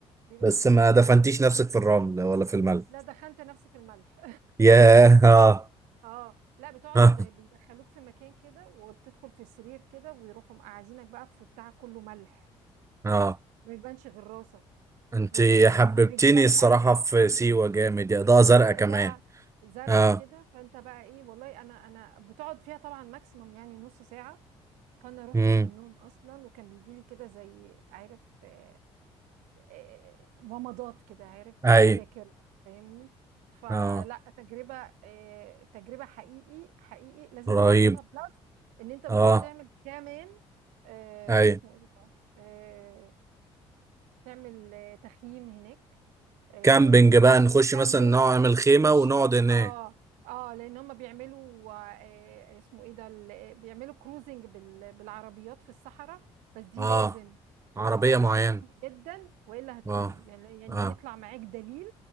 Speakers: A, on the right; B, on the right.
A: بيبقى
B: بس
A: مكان
B: ما
A: كده
B: دفنتيش نفسك في الرمل ولا في الملح
A: لا دخلت نفسي في الملح
B: ياه اه
A: <laughs> اه لا بتقعد
B: اه
A: بيدخلوك في مكان كده وبتدخل في سرير كده ويروحوا مقعدينك بقى في بتاع كله ملح
B: اه
A: ما يبانش غير راسك
B: انت
A: والاضاءة
B: حببتيني
A: حواليك زرقاء
B: الصراحة في سيوة جامد يا ضوء زرقاء
A: والاضاءه
B: كمان
A: زرقاء
B: اه
A: كده فانت بقى ايه والله انا انا بتقعد فيها طبعا ماكسيموم يعني نص ساعه فانا رحت
B: امم
A: في النوم اصلا وكان بيجي لي كده زي عارف آه، آه، ومضات كده عارف في
B: اي
A: في ذاكرة فاهمني فلا
B: اه
A: تجربة آه، تجربة حقيقي حقيقي لازم
B: رهيب
A: تجربها بلس ان انت ممكن
B: اه
A: تعمل كمان آه،
B: اي
A: اسمه ايه ده آه، تعمل آه، تخييم هناك آه،
B: كامبينج بقى نخش
A: كامب
B: مثلا نعمل خيمة
A: مش
B: ونقعد هناك
A: اه اه لان هم بيعملوا آه اسمه ايه ده ال- بيعملوا كروزنج بال... بالعربيات في الصحراء بس دي
B: اه
A: لازم تروح
B: عربية
A: مع حد
B: معينة
A: فاهم جدا والا هتوه
B: اه
A: يعني يعني
B: اه
A: بيطلع معاك دليل